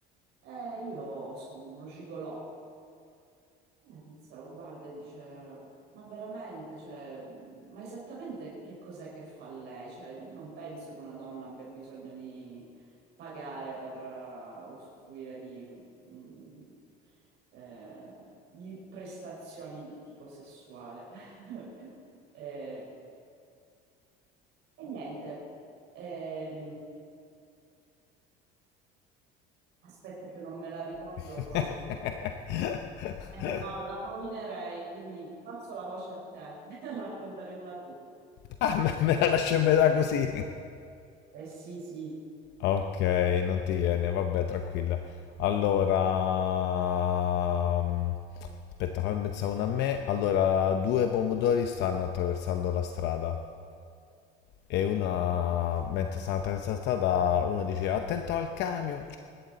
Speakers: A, on the right (about 60°); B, on the left (about 60°).
A: E io sono uno gigolò. La tizia lo guarda e dice, ma veramente, cioè, ma esattamente che cos'è che fa lei? Cioè, non penso che una donna abbia bisogno di pagare per eh, usufruire di, mm, eh, di prestazioni di tipo sessuale. <laughs> Eh, e niente, Ehm, Aspetta che non me la ricordo
B: <laughs>
A: proprio. Eh, beh, no, la rovinerei, quindi passo la voce a te. <laughs> Raccontane una tu.
B: Ah, me, me la lascio a metà così.
A: Eh sì, sì.
B: Ok, non ti viene, vabbè, tranquilla. Allora, mm, aspetta, fammi pensare una a me. Allora, due pomodori stanno attraversando la strada e una, mentre stanno attraversando la strada, uno dice attento al camion.